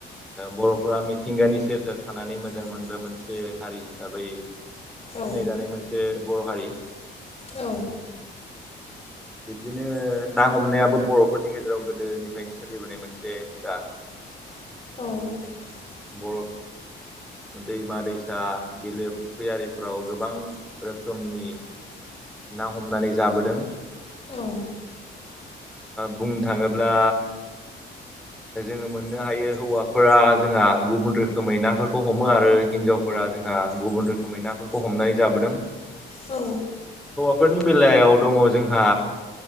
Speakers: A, in the centre; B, on the left (about 30°).
A: बरफ्रा मिथिंगानि सेर सेर थानानै मोजां मोनग्रा मोनसे हारि हिसाबै।
B: औ
A: सिनायजानाय मोनसे बर' हारि
B: औ
A: बिदिनो ना हमनायाबो बरफोरनि गेजेराव गोदोनिफ्रायनो सोलिबोनाय मोनसे हुदा। <inaudible>
B: <inaudible>
A: ओ दैमा दैसा बिलो फुख्रिफ्राव गोबां रोखोमनि ना हमनानै जाबोदों।
B: औ।
A: बुंनो थाङोब्ला। जोङो मोननो हायो हौवाफोरा जोंहा गुबुन रोखोमै नाफोरखौ हमो आरो हिनजावफोरा जोंहा। गुबुन रोखोमै नाफोरखौ हमनानै जाबोदों।
B: औ।
A: बेफोरनि बेलायाव दङ जोंहा